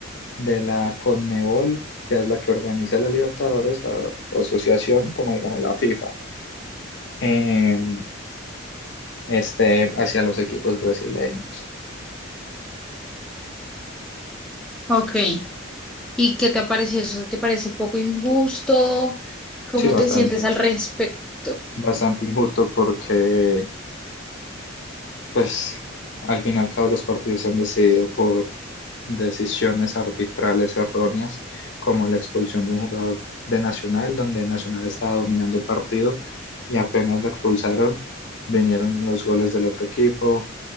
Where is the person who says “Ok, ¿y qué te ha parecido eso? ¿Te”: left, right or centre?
Centre